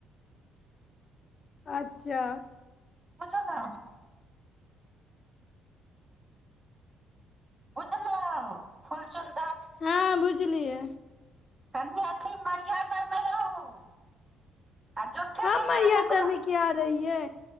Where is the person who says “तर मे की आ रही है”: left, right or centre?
Left